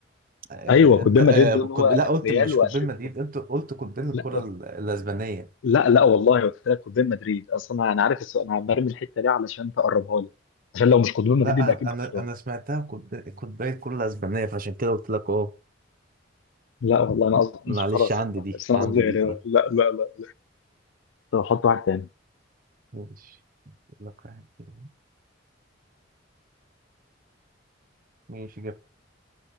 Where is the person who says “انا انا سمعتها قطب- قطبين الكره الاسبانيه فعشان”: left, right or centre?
Right